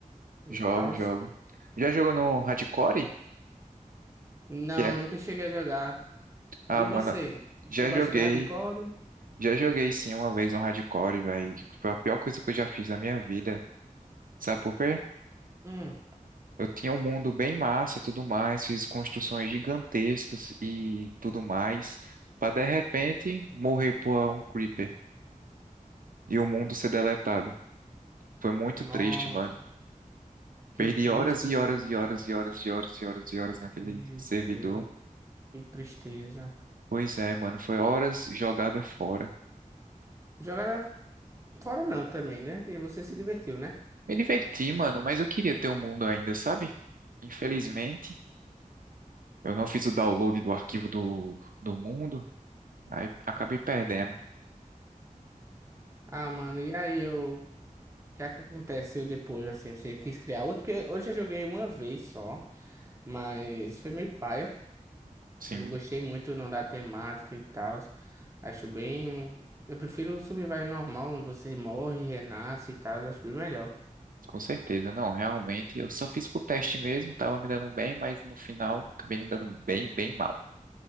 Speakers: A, on the right; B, on the right.
A: e
B: Jogo,
A: tal.
B: jogo. Já jogou no Hardcore?
A: Não,
B: Que é...
A: nunca cheguei a jogar.
B: Ah,
A: E
B: mano,
A: você? Você
B: já
A: gosta
B: joguei.
A: do hardcore?
B: Já joguei sim uma vez no Hardcore, velho. Foi a pior coisa que eu já fiz na minha vida. Sabe por quê?
A: Hum.
B: Eu tinha um mundo bem massa e tudo mais, fiz construções gigantescas e tudo mais, pra de repente morrer por um creeper e o mundo ser deletado. Foi muito
A: Nossa,
B: triste, mano.
A: que
B: Perdi
A: triste.
B: horas e horas e horas e horas e horas e horas e horas naquele
A: Meu
B: servidor.
A: Deus, que tristeza.
B: Pois é, mano, foi horas jogada fora.
A: Jogar fora não também, né? Porque você se divertiu, né?
B: Me diverti, mano, mas eu queria ter o mundo ainda, sabe? Infelizmente, eu não fiz o download do arquivo do, do mundo, aí acabei perdendo.
A: Ah, mano, e aí eu. O que é que aconteceu depois, assim? Você quis criar outro? Porque hoje eu joguei uma vez só, mas foi meio paia.
B: Sim,
A: Eu não gostei muito não da temática e tal. Acho bem. Eu prefiro o Survival normal, onde você morre, renasce e tal. Acho bem melhor.
B: com certeza. Não, realmente, eu só fiz pro teste mesmo, tava me dando bem, mas no final acabei me dando bem, bem mal.